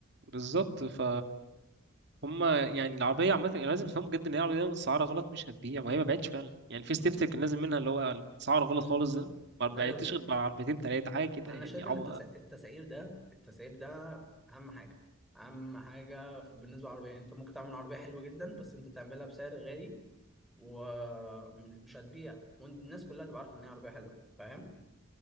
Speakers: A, on the right (about 55°); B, in the centre.
A: بالظبط ف هم يعني العربيه عامه لازم يفهموا جدا ان هي العربيه متسعره غلط مش هتبيع وهي ما بعتش فعلا يعني في
B: مم.
A: ستيفتر كان لازم منها اللي هو سعره غلط
B: مم.
A: خالص ده ما
B: لا
A: بعتش
B: يوصل
A: غير بعربيتين تلاته حاجه كده
B: انا
A: يعني
B: شايف
A: عب...
B: ان التس- التسعير ده التسعير ده اهم حاجه اهم حاجه بالنسبه للعربيه يعني انت ممكن تعمل عربيه حلوه جدا بس انت تعملها بسعر غالي ومش هتبيع والناس كلها تبقى عارفه ان هي عربيه حلوه فاهم